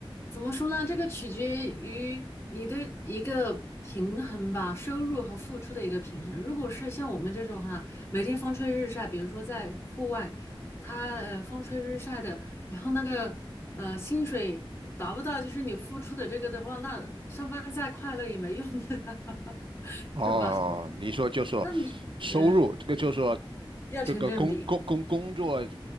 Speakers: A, on the left (about 25°); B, on the right (about 65°).
A: 怎么说呢？这个取决于你的一个平衡吧，收入和付出的一个平衡。如果是像我们这种哈，每天风吹日晒，比如说在户外，他呃风吹日晒的，然后那个呃薪水达不到就是你付出的这个的话，那上班再快乐也没用的，<laughs>
B: 哦，
A: 是吧？
B: 你说就说
A: 那你嗯
B: 收入，这个就说
A: 要成正比。
B: 这个工工工工作